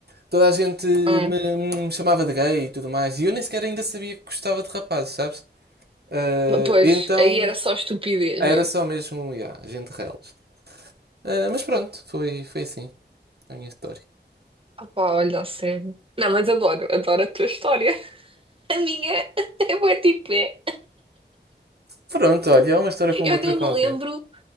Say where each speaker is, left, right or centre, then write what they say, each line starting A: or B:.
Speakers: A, on the right (about 60°); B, on the right (about 30°).
A: toda a gente me,
B: Hum.
A: me chamava de gay e tudo mais. E eu nem sequer ainda sabia que gostava de rapazes, sabes? Ah,
B: Pois,
A: então
B: aí era só estupidez
A: era
B: mesmo.
A: só mesmo, yeah, gente reles. Ah, mas pronto, foi, foi assim a minha história.
B: Opá, olha, a sério. Não, mas adoro, adoro a tua história. <laughs> A minha <laughs> é bué tipo é.
A: Pronto, olha, é uma história como
B: Eu
A: outra
B: nem
A: qualquer.
B: me lembro